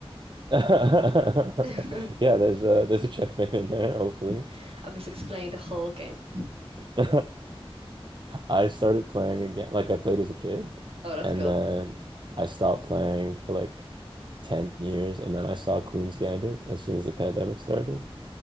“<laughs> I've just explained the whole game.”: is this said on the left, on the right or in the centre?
Right